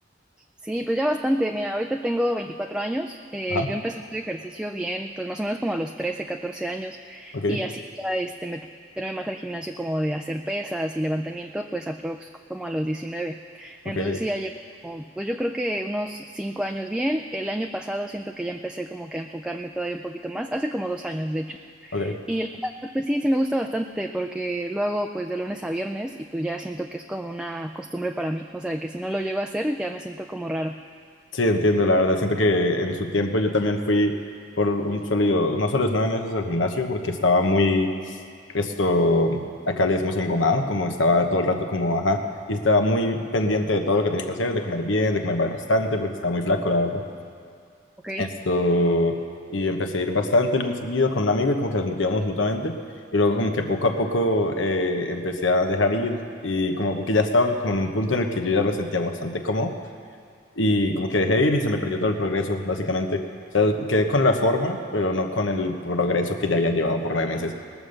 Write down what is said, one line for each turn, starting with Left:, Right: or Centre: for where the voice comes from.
Centre: Sí, pues ya bastante. Mira, ahorita tengo 24 años. eh,
Left: Ajá,
Centre: yo empecé este ejercicio bien, pues más o menos como a los 13, 14 años.
Left: ok,
Centre: Y así ya este, meterme más al gimnasio como de hacer pesas y levantamiento, pues aprox como a los 19.
Left: ok,
Centre: Entonces sí, ya llevo como, pues yo creo que unos 5 años bien. El año pasado siento que ya empecé como que a enfocarme todavía un poquito más. Hace como dos años, de hecho.
Left: ok.
Centre: Y la verdad, pues sí, sí me gusta bastante porque lo hago pues de lunes a viernes y pues ya siento que es como una costumbre para mí. O sea, que si no lo llego a hacer ya me siento como raro.
Left: Sí, entiendo, la verdad. Siento que en su tiempo yo también fui por un sólido, no solo los nueve meses al gimnasio, porque estaba muy. Esto, acá le decimos engomado, como estaba todo el rato como, ajá, y estaba muy pendiente de todo lo que tenía que hacer, de comer bien, de comer bastante, porque estaba muy flaco, la verdad.
Centre: ¿Ok?
Left: Esto, y empecé a ir bastante, muy seguido con un amigo y como que nos motivamos mutuamente. Y luego como que poco a poco eh, empecé a dejar ir y como que ya estaba como en un punto en el que yo ya me sentía bastante cómodo y como que dejé ir y se me perdió todo el progreso, básicamente. O sea, quedé con la forma, pero no con el progreso que ya había llevado por nueve meses.